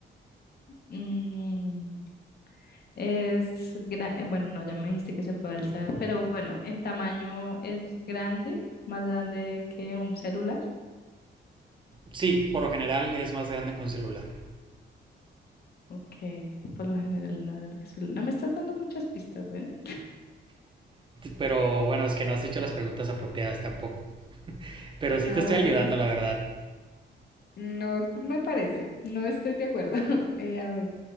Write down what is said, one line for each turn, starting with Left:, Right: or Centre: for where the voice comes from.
Left: Mm, es gra- eh, bueno, no, ya me dijiste que se puede alzar, pero bueno, en tamaño es grande, más grande que un celular.
Right: Sí, por lo general es más grande que un celular.
Left: Ok, por lo general en Atlántica Sur. No me estás dando muchas pistas, bueno.
Right: Pero bueno, es que no has hecho las preguntas apropiadas tampoco. Pero
Left: No,
Right: sí te estoy ayudando,
Left: pero es-
Right: la verdad.
Left: no me parece, no estoy de acuerdo. <laughs> Eh, a ver,